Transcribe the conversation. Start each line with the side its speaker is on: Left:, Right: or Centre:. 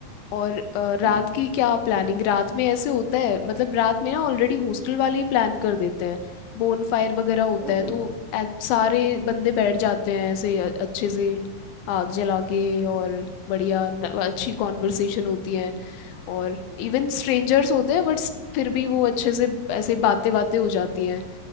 Left: और अ,
Right: है
Left: रात
Right: ना
Left: की क्या प्लानिंग रात में ऐसे होता है मतलब रात में ना ऑलरेडी हॉस्टल वाले ही प्लान कर देते हैं बोन फायर वगैरह होता
Right: ओके
Left: है तो ए- सारे बंदे बैठ जाते हैं ऐसे अ- अच्छे से आग जला के और बढ़िया न- अच्छी कॉन्वर्सेशन होती है और इवन स्ट्रेंजर्स होते हैं बट फिर भी वो अच्छे से ऐसे बातें बातें हो जाती हैं